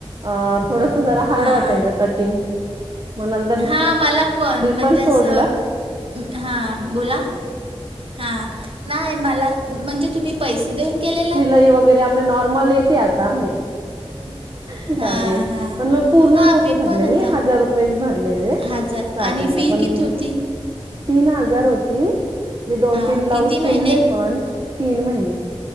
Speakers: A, on the right; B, on the right.
A: अह थोडस जरा हार्ड
B: हां.
A: वाटायचं कटिंग म नंतर
B: हां मला पण
A: मी
B: म्हणजे असं,
A: सोडलं.
B: हां बोला हा नाय मला, म्हणजे तुम्ही पैसे देऊन केलेलात
A: ते वगैरे आप लं नॉर्मल येेते आता म्हणे
B: <unintelligible>
A: त्यावेळी
B: हां
A: पण मग पूर्ण
B: हां
A: नव्हते भरले
B: पण
A: मी
B: आता
A: हजार रुपयेच भरलेले
B: हजार
A: स्टार्टिंगला
B: आणि फी
A: पण
B: किती होती
A: तीन हजार होती, मी दोन-
B: हां
A: तीन ब्लाऊज
B: किती
A: शिवले
B: महिने
A: पण तीन महिने